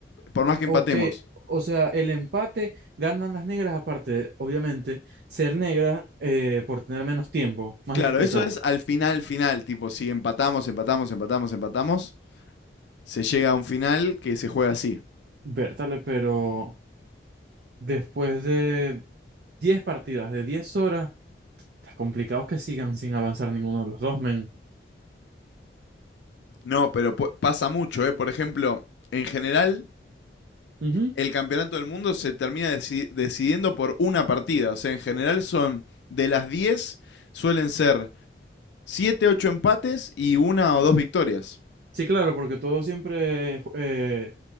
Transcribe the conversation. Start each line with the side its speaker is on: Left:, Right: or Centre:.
Left: Por más que
Right: Ok,
Left: empatemos.
Right: o sea, el empate ganan las negras aparte, de, obviamente, ser negras eh, por tener menos tiempo, más
Left: Claro,
Right: dificultad.
Left: eso es al final, final. Tipo, si empatamos, empatamos, empatamos, empatamos, se llega a un final que se juega así.
Right: Bertale, pero después de 10 partidas, de 10 horas, está complicado que sigan sin avanzar ninguno de los dos, men.
Left: No, pero pu- pasa mucho, ¿eh? Por ejemplo, en general,
Right: Ujú.
Left: el campeonato del mundo se termina deci- decidiendo por una partida. O sea, en general son de las 10, suelen ser 7, 8 empates y una o dos victorias.
Right: Sí, claro, porque todo siempre, eh,